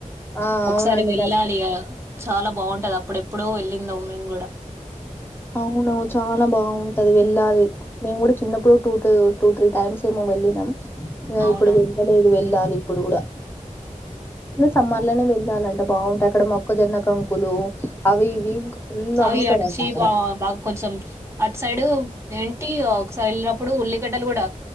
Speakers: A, on the left; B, on the right.
A: ఆ
B: ఒకసారి
A: అవునంట
B: వెళ్ళాలిక చాలా బాగుంటది అప్పుడ ఎప్పుడో వెళ్ళి ందవు మేము కూడా
A: అవును చాలా బాగుంటది వెళ్ళాలి మేము కూడా చిన్నపుడు two two two two three times ఏమో వెల్లినం ఇక
B: అవునా
A: ఇపుడు వెళ్ళలేదు వెల్లాలి ఇప్పుడు కూడా
B: ఆ!
A: సమ్మర్ లోనే వెళ్ళాలండి బాగుంటది అక్కడ మొక్క జొన్నకంకులు అవి ఇవి ఫుల్
B: అవి
A: అమ్ముతరట
B: అటు చీప్ బాగా కొంచెం అటు సైడ్ సైడు ఏంటి ఒకసారి వెళ్ళినప్పుడు ఉల్లిగడ్డలు కూడా